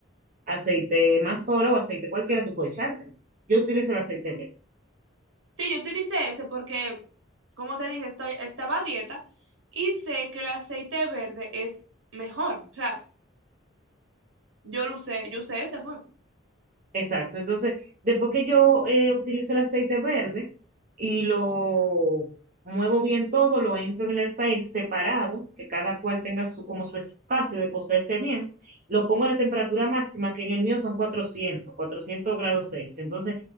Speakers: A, on the right; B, on the right.
A: aceite más solo o aceite cualquiera, tú puedes echárselo. Yo utilizo el aceite verde.
B: Sí, yo utilicé ese porque, como te dije, estoy, estaba a dieta y sé que el aceite verde es mejor. O sea, yo lo usé, yo usé ese fue.
A: Exacto. Entonces, después que yo eh, utilizo el aceite verde y lo muevo bien todo, lo entro en el air fryer separado, que cada cual tenga su, como su espacio de cocerse bien, lo pongo a la temperatura máxima, que en el mío son cuatrocientos cuatrocientos grados Celsius. Entonces,